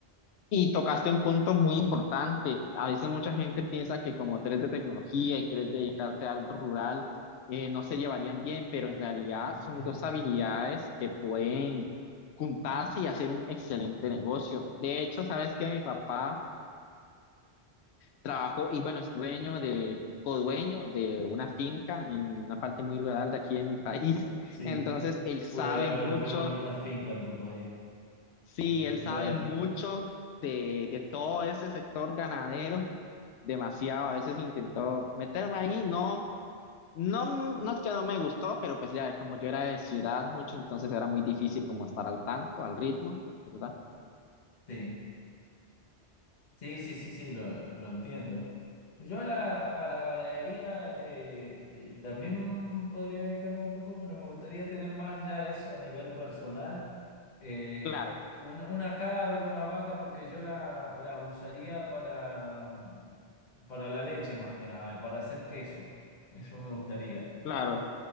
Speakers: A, on the left (about 80°); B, on the left (about 45°).
A: Y tocaste un punto muy importante. A veces mucha gente piensa que como tú eres de tecnología y quieres dedicarte a algo rural, eh, no se llevarían bien, pero en realidad son
B: <laughs>
A: dos habilidades que pueden juntarse y hacer un excelente negocio. De hecho, sabes que mi papá trabajó y bueno, es dueño de, codueño de una finca en una parte muy rural de aquí en mi país.
B: sí.
A: <laughs> Entonces, él sabe
B: Pude ver
A: mucho
B: re bonita finca en tu país.
A: Sí,
B: Es muy
A: él sabe
B: verde.
A: mucho de, de todo ese sector ganadero, demasiado. A veces intentó meterme ahí, no, no, no es que no me gustó, pero pues ya, como yo era de ciudad mucho, entonces era muy difícil como estar al tanto, al ritmo, ¿verdad?
B: Sí. Sí, sí, sí, sí, lo, lo entiendo. Yo a la, a la ganadería eh, eh, también podría dedicarme un poco, pero me gustaría tener más ya eso a nivel personal. Eh,
A: Claro,
B: una, una cabra, una vaca, porque yo la, la usaría para, mm, para la leche más que nada, para hacer queso. Eso me gustaría.
A: claro.